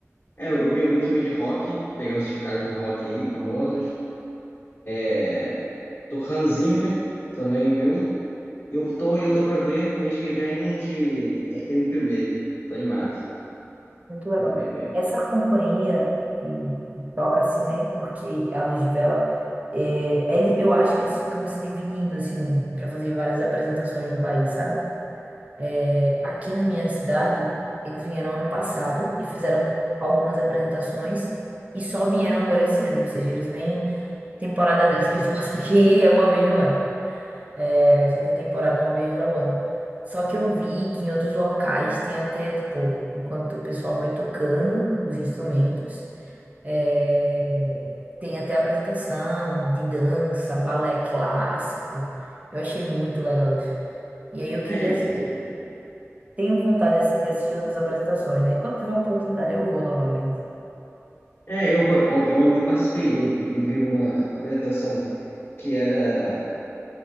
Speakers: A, on the left; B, on the right.
A: É, eu eu vi alguns também de rock, pegar esses caras do rock aí, famosos. É, Do Hans Zimmer, também vi um. Eu tô, eu tô pra ver mês que vem um de é, MPB. Tô animado.
B: Muito legal.
A: M P B
B: Essa companhia que que toca assim, né? Porque é a Luz de Vela, é, ele- eu acho que eles ficam se dividindo, assim, para fazer várias apresentações no país, sabe? É, aqui na minha cidade, eles vieram ano passado e fizeram algumas apresentações e só vieram agora esse ano. Ou seja, eles vêm, temporada deles que eles <laughs> passam aqui é uma vez no ano. É, só tem temporada uma vez ao ano. Só que eu vi que em outros locais tem até, tipo, enquanto o pessoal vai tocando os instrumentos, é, tem até apresentação de dança, balé clássico. Eu achei muito legal isso. E aí eu queria,
A: É,
B: eu tenho vontade assim, de assistir outras apresentações, né? Quando tiver oportunidade eu vou novamente.
A: é eu, ó, eu ontem participei, eu vi, eu vi uma apresentação que era